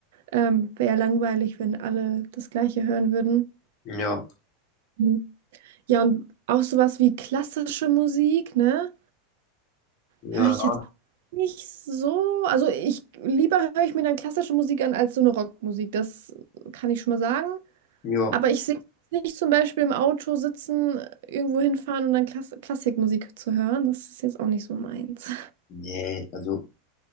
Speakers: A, on the right (about 70°); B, on the left (about 45°).
A: Ähm, wäre ja langweilig, wenn alle das Gleiche hören würden.
B: Ja,
A: Mhm. Ja, und auch sowas wie klassische Musik, ne?
B: ja,
A: Höre ich jetzt auch nicht so. Also ich lieber höre ich mir dann klassische Musik an als so eine Rockmusik, das kann ich schon mal sagen.
B: ja.
A: Aber ich sehe nicht zum Beispiel im Auto sitzen, irgendwo hinfahren und dann Klass Klassikmusik zu hören. Das ist jetzt auch nicht so meins.
B: Nee, also,